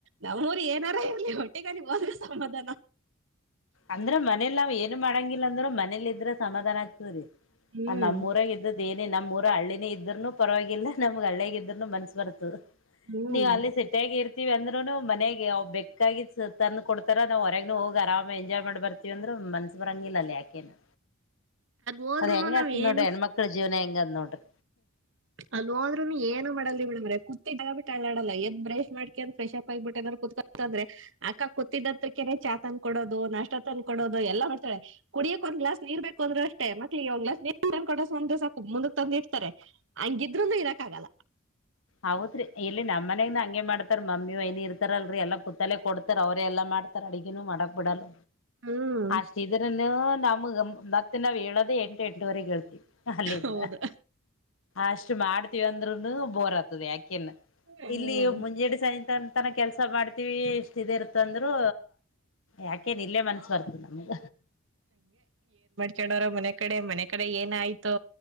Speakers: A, on the right (about 60°); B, on the left (about 70°).
A: ನಮ್ಮ್ೂರು ಏನಾರ ಇಲ್ಲಿ ಹೊಟ್ಟೆಗಾಲ ಹೋದ್ರೆ ಸಮಾಧಾನ
B: ಅಂದ್ರ ಮನೇಲಿ ನಾವ್ ಏನು ಮಾಡಂಗಿಲ್ಲ ಅಂದ್ರರು ಮನೇಲಿ ಇದ್ರ ಸಮಾಧಾನ ಆಗ್ತವ್ರೀ
A: ಹ್ಮ್
B: ಅ ನಮ್ಮೂಊರಗೆ ಇದ್ದ ಇದೇನೇ ನಮ್ಮ ಊರು ಹಳ್ಳಿನೇ ಇದ್ರೂ ಪರವಾಗಿಲ್ಲ ನಮ್ಗೆ ಹಳ್ಳಿಯಗ ಇದ್ೂನು ಮನ್ಸ್ಸ ಬರ್ತದರು
A: ಹ್ಮ್
B: ನೀವ್ ಅಲ್ಲಿ ಸೆಟ್ಟಿಯಗ ಇರ್ತ ರ್ವಿ ಅಂದ್ರುನು ಮನೆಗೆ ಅವ್ ಬೆೇಕಾಗಿ ತಂದು ಕೊಡ್ತಾರ ನಾವು ಹೊರಗನು ಹೋಗಿ ಆರಾಮ ಎಂಜಾಯ್ ಮಾಡ್ ಬರ್ತೀವಿ ಅಂದ್ರೆ ಮನ್ಸ್ ಬರಂಗಿಲ್ಲ ಅಲ್ಲ ಯಾಕೆನು
A: ಹೋದ್ರುನು
B: ಅದ್ ಹೆಂಗ
A: ನಾವ್
B: ಆತದ್
A: ಏನ್
B: ನೋಡ್ರಿ ಹೆಣ್ಮಕ್ಳ ಜೀವನ ಹೆಂಗ ಅದ್ ನೋಡ್ರಿ
A: ಅಲ್ಲಿೋದ್ೂನು ಏನು ಮಾಡಲ್ಲ ಮೇಡಮ್ರ ಕ ಬಿಟ್ಟ ಆಾಡಲ್ಲ ಎದ ಬ್ರ್ ಮಾಡ್ಕ ಅಂದ ್ರೆ್ಪ್ ಆಗ್ಿಬಿಟ್ಟ ಅ್ರೆ ಕ ಕುತ್ಕೊತಂದ್ರೆ ಅಕ್ಕ ಕೂತಿದತ್ರಕನೆ ಚಾ ತಂದ ಕೊಡೋದು ನಷ್ಟ ತಂದ ಕೊಡೋದು ಎಲ್ಲ ಮಾಡ್ತಾಳೆ ಕುಡಿಯಕ್ ಒಂದ್ ಗ್ಲಾಸ್ ನೀರ್ ಬೇಕ ಅಂದ್ರರು ಅಷ್ಟೇ ಮಕ್ಳಿಗೆ ಒಂದ್ ಗ್ಲಾ ನೀರ್ ತ ಕೊಡಸ ಅಂದ್ರ ಸಾಕು ಮುಂದಕ್ಕೆಕ್ ತಂದಿರ್ತಾರೆ ಹಂಗಿದ್ರಂದ ಇರಕ್ ಆಗಲ್ಲ
B: ಹೌದ್ರಿ ಇಲ್ಲಿ ನಮ್ಮ ಮನಗ್ ಹಂಗೆ ಮಾಡ್ತಾರ್ ಮಮ್ಮಿ ವೈನಿ ಇರ್ತಾರಲ್ರಿ ಎಲ್ಲಾ ಕುತ್ತಲೆ ಕೊಡ್ತಾರ ಅವ್ರೇ ಎಲ್ಲಾ ಮಾಡ್ತಾರ ಅಡಗನು ಮಾಡಕ್ ಬಿಡಲ್ಲ
A: ಹ್ಮ್
B: ಅಷ್ಟ ಇದ್ರನು ನಮಗ ಮತ್ತತ್ ನಾವ್ ಹೇಳದ ಎಂಟು ಎಂಟವರೆಗೆ ಹೇಳ್ತೀವಿ ಅಲ್ಲಿದ್ರ
A: ಹೌದು
B: ಅಷ್ಟ್ ಮಾಡ್ತೀವ ಅಂದ್ರುನು ಬೋರ್ ಆಗ್ತದೆ ಯಾಕೆ ಲ್ಲ
A: ಹ್ಮ್
B: ಇಲ್ಲಿ ಮುಂಜಡು ಸಾಯಂತ ಅ ತನ ಕೆಲ್ಸ ಮಾಡ್ತೀವಿ ಇಷ್ಟ ಇದ ಇರ್ತಂದ್ರರು ಯಾಕೆ ನಿ ಇಲ್ಲೇ ಮನ್ಸ ಬರ್ತು ನಮ್ಗ
A: ಕೋರು ಮನೆ ಕಡೆ ಮನೆ ಕಡೆ ಏನ ಆಯ್ತು